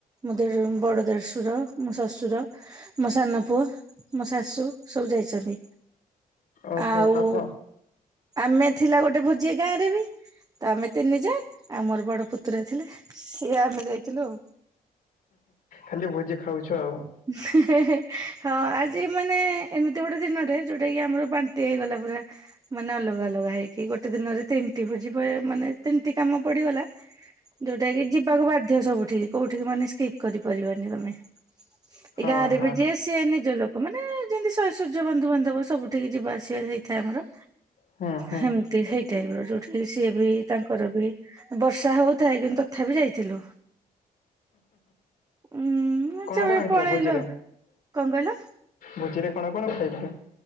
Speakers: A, on the right (about 25°); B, on the left (about 70°).
A: ମୋ ଦେ ବଡ଼ ଦେଢ଼ଶୁର ମୋ ଶ୍ୱଶୁର ମୋ ସାନ ପୁଅ ମୋ ଶାଶୁ ସବୁ ଯାଇଛନ୍ତି।
B: ଓହୋ
A: ଆଉ
B: ଆପଣ
A: ଆମେ ଥିଲା ଗୋଟେ ଭୋଜି ଏଇ ଗାଁ ରେ ତ ଆମେ ତିନିଜା ଆଉ ମୋର ବଡ ପୁତୁରା ଥିଲେ ସିଏ ଆମେ ଯାଇଥିଲୁ ଆଉ।
B: ଖାଲି ଭୋଜି ଖାଉଛ ଆଉ।
A: ହେ ହେ ହଁ ଆଜି ମାନେ ଏମିତି ଗୋଟେ ଦିନଟେ ଯୋଉଟା କି ଆମର ବାନ୍ତି ହେଇଗଲା ପୁରା ମାନେ ଅଲଗା ଅଲଗା ହେଇକି ଗୋଟେ ଦିନରେ ତିନିଟି ଭୋଜି ମାନେ ତିନିଟି କାମ ପଡିଗଲା ଯୋଉଟା କି ଯିବାକୁ ବାଧ୍ୟ ସବୁଠିକି କୋଉଠିକି ମାନେ ସ୍କିପ୍ କରିପାରିବନି ତମେ
B: ହଁ
A: ଏଇ ଗାଁରେ
B: ହଁ
A: ବି ଯିଏ ସେ ନିଜ ଲୋକ ମାନେ ଯେମିତି ଶ ସୂର୍ଯ୍ୟ ବନ୍ଧୁବାନ୍ଧବ ସବୁଠିକେ ଯିବା ଆସିବା ହେଇଥାଏ ଆମର
B: ହଁ ହୁଁ ହୁଁ
A: ସେମତି ସେଇ ଟାଇପ୍ ର ଯୋଉଠିକି ସିଏ ବି ତାଙ୍କର ବି ବର୍ଷା ହଉଥାଏ କିନ୍ତୁ ତଥାପି ଯାଇଥିଲୁ ଉଁ
B: କଣ କଣ ହେଇଥିଲା
A: ପଳେଇଲୁ
B: ଭୋଜିରେ?
A: ଆଉ କଣ କହିଲ?
B: ଭୋଜିରେ କଣ କଣ ଖାଇଥିଲେ?